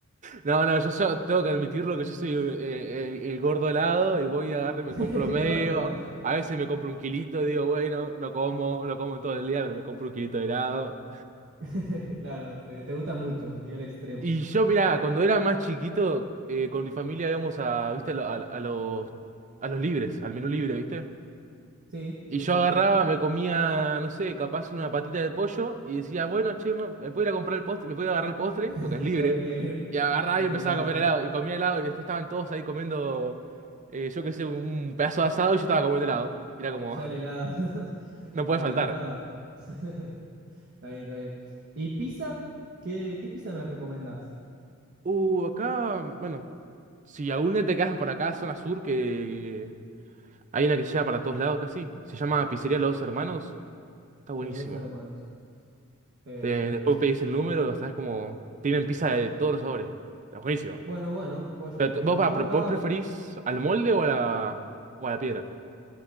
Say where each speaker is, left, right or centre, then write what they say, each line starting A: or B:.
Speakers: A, on the right; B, on the right.
A: No, no, yo, yo tengo que admitirlo que yo soy eh, el, el gordo helado y voy a agarrar y me
B: <laughs>
A: compro medio.
B: El gordo de la...
A: A veces me compro un kilito, digo, bueno, no como, no como en todo el día, pero me compro un kilito de helado.
B: <laughs> Claro, te, te gusta mucho, nivel extremo.
A: Y yo, mirá, cuando era más chiquito, eh, con mi familia íbamos a, viste, a, lo- a- a los, a los libres, al menú libre, ¿viste?
B: Sí,
A: Y
B: sí,
A: yo
B: sí,
A: agarraba,
B: sí.
A: me comía, no sé, capaz una patita de pollo y decía, bueno, che, ma, me puedo ir a comprar el postre, me puedo ir a agarrar el postre,
B: <laughs>
A: porque es libre.
B: Ya quería ir
A: Y agarraba
B: por
A: y
B: el
A: empezaba
B: helado.
A: a comer helado. Y comía helado y después estaban todos ahí comiendo, eh, yo qué sé, un pedazo de asado y yo estaba comiendo helado. Y era como,
B: Ya el helado. <laughs>
A: <laughs> no puede
B: Adelantado.
A: faltar.
B: <laughs> Está bien, está bien. ¿Y pizza? ¿Qué, qué pizza me recomendás?
A: Uh, acá, bueno, si algún día te quedas por acá, zona sur, que hay una que llega para todos lados casi. Se llama Pizzería Los Dos Hermanos. Está buenísimo.
B: Los dos hermanos. Em,
A: Te- después pedís el número, sabes como, tienen pizza de todos los sabores. Está buenísimo.
B: Bueno, bueno, joya,
A: Pero
B: joya.
A: te- vos, va,
B: Yo
A: pre-
B: acá
A: vos preferís al molde o a la, o a la piedra?